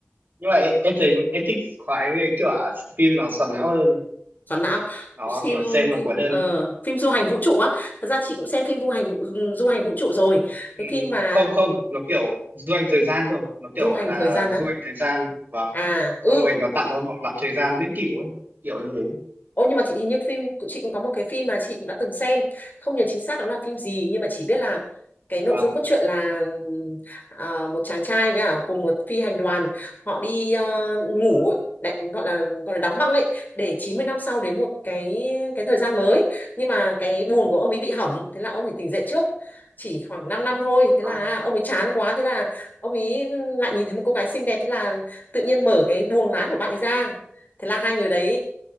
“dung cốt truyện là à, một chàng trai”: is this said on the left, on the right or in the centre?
Left